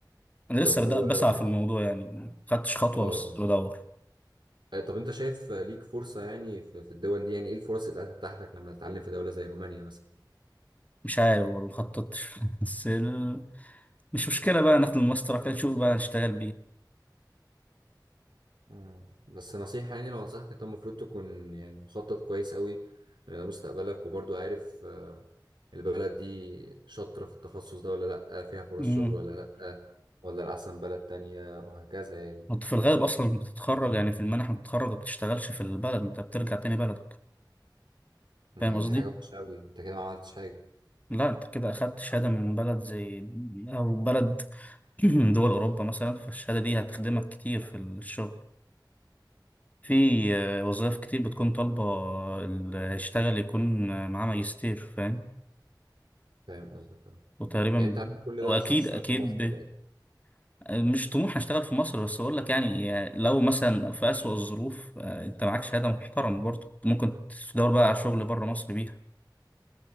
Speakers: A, on the left; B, on the right.
A: أنا لسه
B: طب
A: بدأ
B: و
A: بسعى
B: اه
A: في الموضوع يعني مخدتش خطوة
B: آه.
A: بس بدور
B: آه، طب انت شايف آه، ليك فرصة يعني في في الدول دي يعني ايه الفرص اللي هتتاح لك لما تتعلم في دولة زي رومانيا مثلا
A: مش عارف والله مخططتش <laughs> بس ال- مش مشكلة بقى ناخد الماستر كده نشوف بقى نشتغل
B: امم بس نصيحة يعني لو انصحك انت المفروض تكون يعني مخطط كويس قوي لده مستقبلك وبرضو عارف آه، البلد دي شاطرة في التخصص ده ولا لأ فيها فرص
A: بإيه
B: شغل ولا لأ ولا الأحسن بلد تانية وهكذا يعني
A: انت في الغالب اصلا بتتخرج يعني في المنح بتتخرج وما بتشتغلش في البلد انت بترجع تاني بلدك
B: ما
A: فاهم قصدي
B: دي حاجة وحشة قوي انت كده ما عملتش حاجة
A: لا انت كده اخدت شهاده من بلد زي او بلد <clears throat> من دول اوروبا مثلا فالشهاده دي هتخدمك كتير في الشغل في آه، وظائف كتير بتكون طالبه اللي هيشتغل يكون آه، معاه ماجستير فاهم
B: فاهم قصدك اه
A: وتقريبا
B: يعني انت عامل كل
A: واكيد
B: ده عشان تشتغل
A: اكيد
B: في مصر
A: ب...
B: في الآخر
A: مش طموح اشتغل في مصر بس اقول لك يعني آه، لو مثلا في اسوأ الظروف آه، انت معاك شهاده محترم برضه ممكن تدور بقى على شغل بره مصر بيها